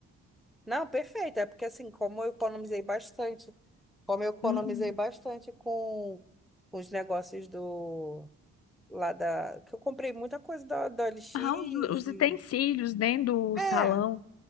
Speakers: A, in the centre; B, on the left.
A: não, perfeito, é porque assim, como eu economizei bastante, como eu economizei
B: Uhum.
A: bastante com os negócios do, lá da, que eu comprei muita coisa da, da O L x
B: Ah, os, os
A: e,
B: utensílios dentro do
A: é,
B: salão,